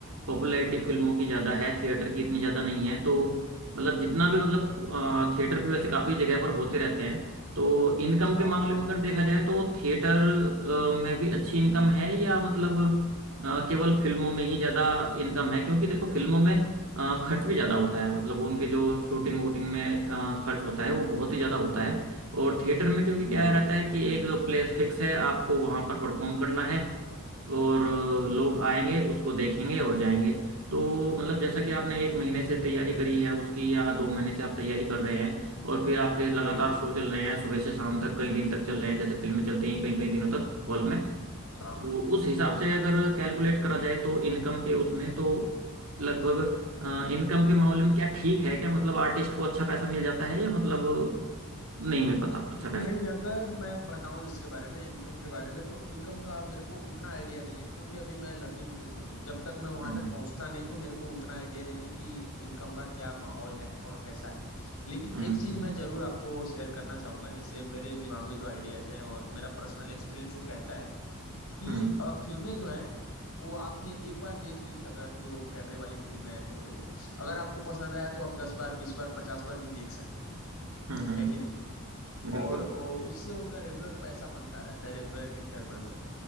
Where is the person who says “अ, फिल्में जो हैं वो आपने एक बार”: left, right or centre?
Left